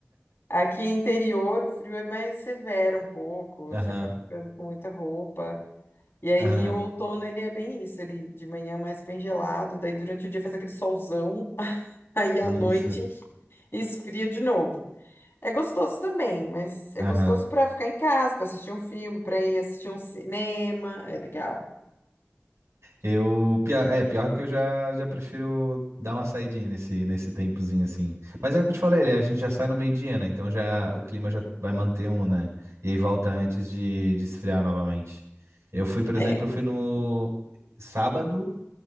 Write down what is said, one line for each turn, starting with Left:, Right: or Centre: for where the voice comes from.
Left: Aqui interior, o frio é mais severo um pouco,
Right: <laughs>
Left: você
Right: Aham,
Left: acaba ficando com muita roupa. E aí
Right: aham,
Left: o outono ele é bem isso, ele de manhã é mais bem gelado, daí durante o dia faz aquele solzão, <laughs> aí à
Right: isso,
Left: noite esfria de novo. É gostoso também, mas é
Right: aham.
Left: gostoso para ficar em casa, para assistir um filme, para ir assistir um cinema, é legal.
Right: Eu, pior, é, pior que eu já, já prefiro dar uma saidinha nesse, nesse tempozinho assim. Mas é o que eu te falei, a gente já sai no meio-dia, né? Então já o clima já vai manter um, né? E aí volta antes de, de esfriar novamente. Eu fui, por exemplo,
Left: É.
Right: eu fui no sábado,